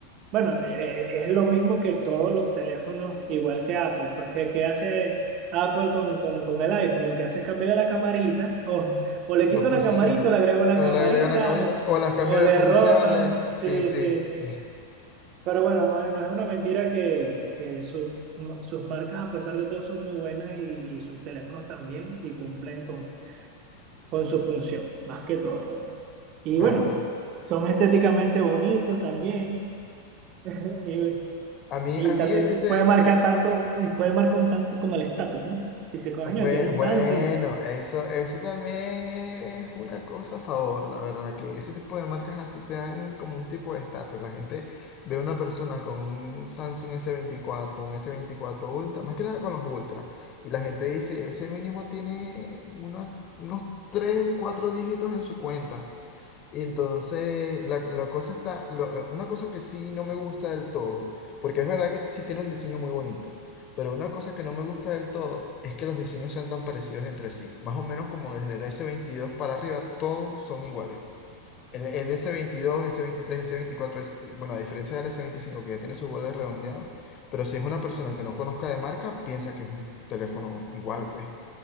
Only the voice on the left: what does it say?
La
posición.
O
le agrega una camarita.
O las cambio
de posición.
le-
Sí, sí.
Claro.
A mí,
a mí
ese,
ese,
Bueno,
bueno, eso, eso también es una cosa a favor, la verdad, que ese tipo de marcas así te dan como un tipo de estatus. La gente ve a una persona con un Samsung s veinticuatro, un s veinticuatro Ultra, más que nada con los Ultra, y la gente dice, ese mínimo tiene una- unos 3, 4 dígitos en su cuenta. Y entonces, la, la cosa está, lo- una cosa que sí no me gusta del todo, porque es verdad que sí tiene un diseño muy bonito, pero una cosa que no me gusta del todo es que los diseños sean tan parecidos entre sí. Más o menos como desde el S22 para arriba, todos son iguales. El, el S22, S23, S24, es, bueno, a diferencia del S25 que ya tiene sus bordes redondeados, pero si es una persona que no conozca de marca, piensa que es un teléfono igual, pues